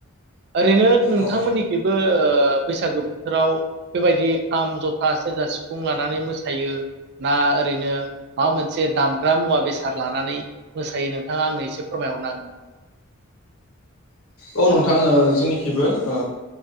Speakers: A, on the right; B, on the left.
A: ओरैनो नोंथांमोननिखिबो
B: औ
A: ओ । बैसागो बोथोराव बेबायदि। खाम ज'था सेरजा सिफुं लानानै मोसायो ना ओरैनो माबा मोनसे दामग्रा मुवा बेसाद लानानै मोसायो नोंथाङा आंनो एसे फोरमायहरनो हागोन नामा।
B: औ नोंथाङो जोंनिखिबो ओ